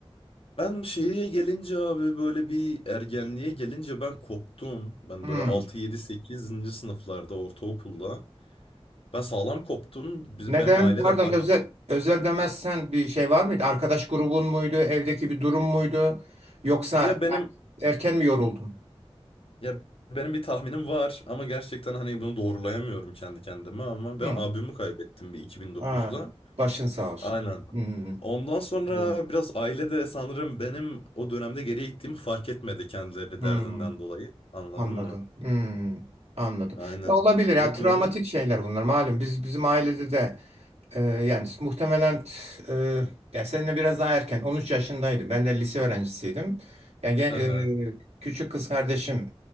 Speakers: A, on the left (about 60°); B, on the right (about 85°).
A: Ben şeye gelince abi böyle bir ergenliğe gelince ben koptum. Ben
B: Hmm.
A: böyle 6 7 sekizinci sınıflarda ortaokulda. Ben sağlam koptum. Biz,
B: Neden?
A: benim aile
B: Pardon,
A: de fark
B: özel
A: etti.
B: özel demezsen bir şey var mıydı? Arkadaş grubun muydu? Evdeki bir durum muydu? Yoksa
A: Ya benim
B: yani erken mi yoruldun?
A: ya benim bir tahminim var ama gerçekten hani bunu doğrulayamıyorum kendi kendime ama
B: Hmm.
A: ben abimi kaybettim bir 2009'da.
B: Aa, başın sağ olsun.
A: Aynen.
B: Hmm.
A: Ondan sonra
B: anladım.
A: biraz aile de sanırım benim o dönemde geriye gittiğimi fark etmedi kendileri
B: Hmm.
A: derdinden dolayı. Anladın
B: Anladım.
A: mı?
B: Hmm, anladım.
A: Aynen.
B: Ya olabilir ya
A: O
B: travmatik
A: dönem.
B: şeyler bunlar. Malum biz bizim ailede de e, yani muhtemelen e, yani seninle biraz daha erken 13 yaşındaydım. Ben de lise öğrencisiydim. Yani e,
A: Aha.
B: küçük kız kardeşim